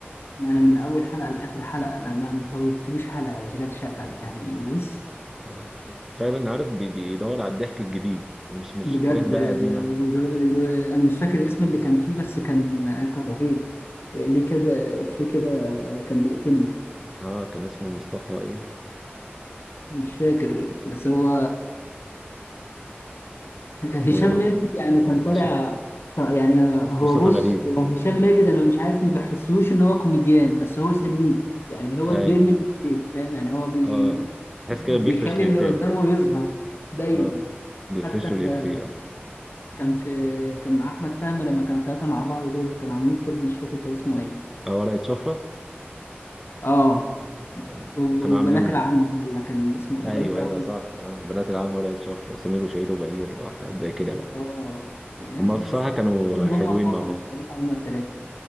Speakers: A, on the left; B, in the centre.
A: أنا من أول حلقة لآخر حلقة أنا ما ما فوتلوش حلقة أشغال شقة ده يعني بص
B: آه، فعلا عارف بي- بيدور على الضحك الجديد مش مش
A: بجد
B: حاجات بقى
A: آه،
B: قديمة
A: أنا مش فاكر اسم اللي كان فيه بس كان كان رهيب ليه كذا في كده كان بيقتلني
B: اه كان اسمه مصطفى ايه
A: مش فاكر بس هو هشام
B: و
A: ماجد يعني كان طالع
B: هشام
A: يعني هو
B: مصطفى
A: بص
B: غريب
A: هشام ماجد انا مش عارف ما بحسوش ان هو كوميديان بس هو سنيد يعني هو
B: اي
A: بيرمي الإفيه، فاهم يعني هو بي...
B: اه تحس
A: بيخلي
B: كده بيفرش للتاني
A: اللي قدامه يظهر دايما
B: اه بيفرش
A: حتى في...
B: له الإفيه اه
A: كان في كان مع احمد فهمي لما كانوا الثلاثه مع بعض دول كانوا عاملين فيلم مش فاكر كان اسمه ايه
B: آه، ورقة شفرة
A: اه
B: آه.
A: و-
B: وكانوا
A: وبنات
B: عاملين
A: العم ولا كان اسمه
B: ايوه
A: ايه بنات العم
B: ايوه صح آه. بنات العم ورقة شفرة وسمير وشهير وبهير وحاجات زي كده بقى
A: اه يعني
B: هما بصراحة
A: صح
B: كانوا
A: هم
B: حلوين
A: فصلوا
B: مع بعض
A: الصراحه هم الثلاثه